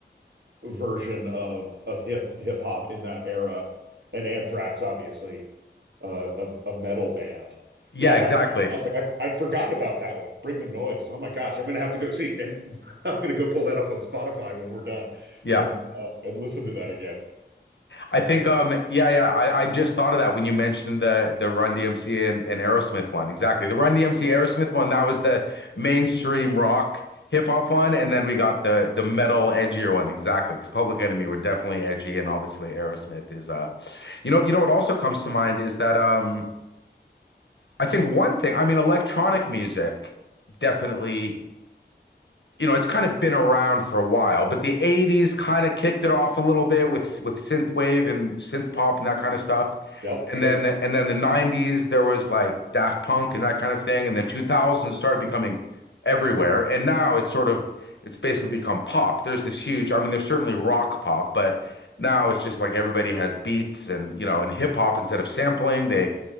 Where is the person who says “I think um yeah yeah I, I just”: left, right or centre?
Left